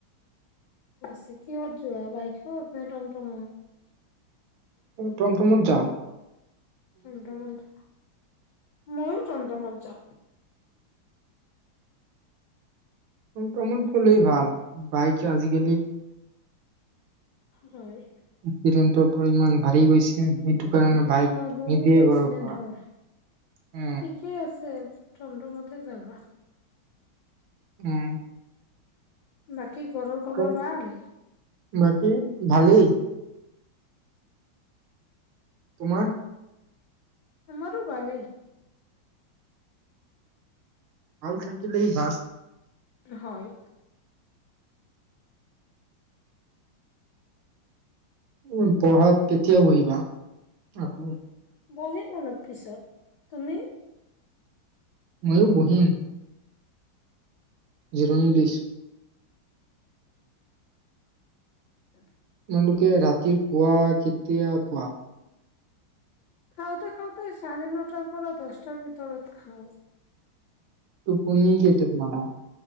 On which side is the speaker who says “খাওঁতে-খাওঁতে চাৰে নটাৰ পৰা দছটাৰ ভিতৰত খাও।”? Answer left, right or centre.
Left